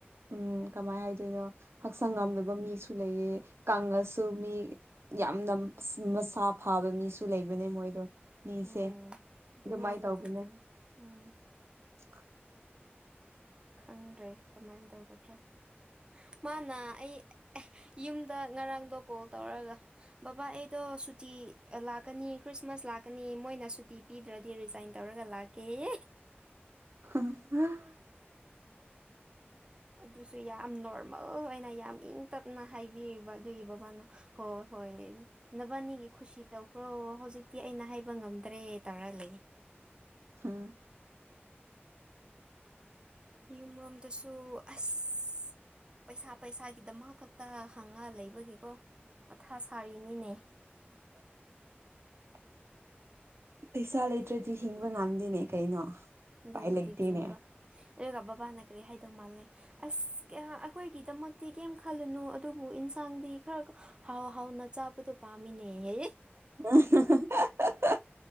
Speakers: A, on the right; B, on the right.
A: ꯎꯝ ꯀꯃꯥꯏꯅ ꯍꯥꯏꯗꯣꯏꯅꯣ ꯍꯛꯆꯥꯡ ꯉꯝꯗꯕ ꯃꯤꯁꯨ ꯂꯩꯌꯦ ꯀꯪꯂꯉꯁꯨ ꯃꯤ ꯌꯥꯝꯅ ꯃꯁꯥ ꯐꯥꯕ ꯃꯤꯁꯨ ꯁꯨ ꯂꯩꯕꯅꯦ ꯃꯣꯏꯗꯣ ꯃꯤꯁꯦ
B: ꯎꯝ ꯑꯗꯨꯃꯥꯏꯅꯗꯤ
A: ꯑꯗꯨꯃꯥꯏꯅ ꯇꯧꯕꯅꯦ
B: ꯇꯧ ꯎꯝ
A: <unintelligible>
B: ꯈꯪꯗ꯭ꯔꯦ ꯀꯃꯥꯏꯟ ꯇꯧꯒꯗ꯭ꯔꯥ ꯃꯥꯅ ꯑꯩ ꯌꯨꯝꯗ ꯉꯔꯥꯡꯗꯣ ꯀꯣꯜ ꯇꯧꯔꯒ ꯕꯕꯥ ꯑꯩꯗꯣ ꯁꯨꯇꯤ ꯂꯥꯛꯀꯅꯤ ꯈ꯭ꯔꯤꯁꯃꯥꯁ ꯂꯥꯛꯀꯅꯤ ꯃꯣꯏꯅ ꯁꯨꯇꯤ ꯄꯤꯗ꯭ꯔꯗꯤ ꯔꯤꯖꯥꯏꯟ ꯇꯧꯔꯒ ꯂꯥꯛꯀꯦ <unintelligible>
A: <unintelligible>
B: ꯑꯗꯨꯁꯨ ꯌꯥꯝ ꯅꯣꯔꯃꯜ ꯑꯣꯏꯅ ꯌꯥꯝ ꯏꯪ ꯇꯞꯅ ꯍꯥꯏꯕꯤꯔꯤꯕ ꯑꯗꯨꯒꯤ ꯕꯕꯥꯅ ꯍꯣ ꯍꯣꯏ ꯅꯕꯥꯅꯤꯒꯤ ꯈꯨꯁꯤ ꯇꯧꯈ꯭ꯔꯣ ꯍꯧꯖꯤꯛꯇꯤ ꯑꯩꯅ ꯍꯥꯏꯕ ꯉꯝꯗ꯭ꯔꯦ ꯇꯧꯔ ꯂꯩ
A: ꯍꯨꯝ
B: ꯌꯨꯝꯔꯣꯝꯗꯁꯨ ꯑꯁ ꯄꯩꯁꯥ ꯄꯩꯁꯥꯒꯤꯗꯃꯛ ꯈꯛꯇ ꯍꯪꯉ ꯂꯩꯕꯒꯤꯀꯣ ꯃꯊꯥ ꯁꯥꯔꯤꯅꯤꯅꯦ
A: <inaudible> ꯄꯩꯁꯥ ꯂꯩꯇ꯭ꯔꯗꯤ ꯍꯤꯡꯕ ꯉꯝꯗꯦꯅꯦ ꯀꯩꯅꯣ
B: ꯗꯨꯕꯨꯗꯤ
A: ꯎꯄꯥꯏ ꯂꯩꯇꯦꯅꯦ
B: ꯆꯨꯝꯕ ꯑꯒ ꯕꯕꯥꯅ ꯀꯔꯤ ꯍꯥꯏꯗꯧ ꯃꯥꯜꯂꯦ ꯑꯁ ꯑꯩꯈꯣꯏꯒꯤꯗꯃꯛꯇꯤ ꯀꯩꯝ ꯈꯜꯂꯨꯅꯨ ꯑꯗꯨꯕꯨ ꯏꯟꯁ ꯆꯥꯡꯗꯤ ꯈꯔ ꯍꯥꯎ ꯍꯥꯎꯅ ꯆꯥꯕꯗꯣ ꯄꯥꯝꯃꯤꯅꯦꯍ
A: ꯎꯝ